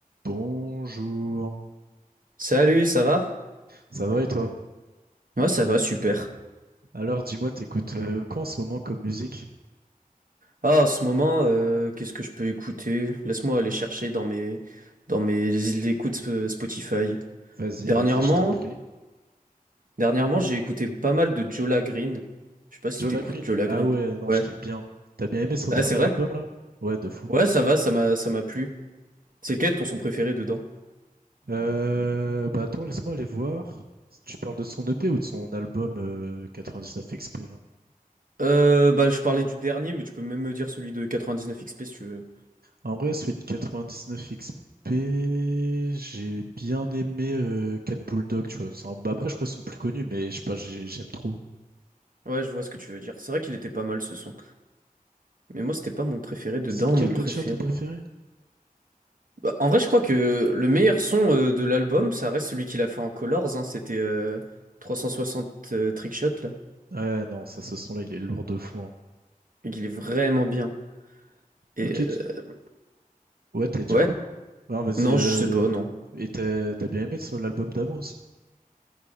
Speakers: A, on the right (about 85°); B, on the right (about 65°).
A: Bonjour,
B: Salut, ça va?
A: ça va et toi?
B: Moi, ça va, super.
A: Alors dis-moi, t'écoutes euh, quoi en ce moment comme musique?
B: Ah, en ce moment, euh, qu'est-ce que je peux écouter? Laisse-moi aller chercher dans mes dans mes îles d'écoute euh, Spotify.
A: Vas-y,
B: Dernièrement,
A: vas-y, je t'en prie.
B: dernièrement, j'ai écouté pas mal de Jola Green. Je sais pas si
A: Joe
B: t'écoutes
A: Green.
B: Jola
A: Ah
B: Green.
A: ouais, non,
B: Ouais.
A: je kiffe bien. T'as bien aimé son
B: Ah,
A: dernier
B: c'est vrai?
A: album là? Ouais, de fou.
B: Ouais, ça va, ça m'a ça m'a plu. C'est quel ton son préféré dedans?
A: Euh, bah attends, laisse-moi aller voir. Tu parles de son EP ou de son album euh, 99XP là?
B: Euh, bah, je parlais du dernier, mais tu peux même me dire celui de 99XP si tu veux.
A: En vrai, celui de 99XP, j'ai bien aimé euh, Cat Bulldog, tu vois. C'est un- bah, après, je crois qu'ils sont plus connus, mais je sais pas, j'ai- j'aime trop.
B: Ouais, je vois ce que tu veux dire. C'est vrai qu'il était pas mal ce son. Mais moi, c'était pas mon préféré dedans.
A: C'est lequel
B: Mon préféré.
A: le tien, ton préféré?
B: Bah, en vrai, je crois que le meilleur son euh, de l'album, ça reste celui qu'il a fait en Colors, hein, c'était euh, 360 euh, Trickshot, là,
A: Ouais, non, ça, ce son-là, il est lourd de fou. hein.
B: et qu'il est vraiment bien. Et
A: Ok, tu-
B: euh,
A: ouais, t'allais dire
B: ouais,
A: quoi? Non, vas-y,
B: non,
A: euh...
B: je sais pas, non.
A: et t'as t'as bien aimé ce- l'album d'avant aussi?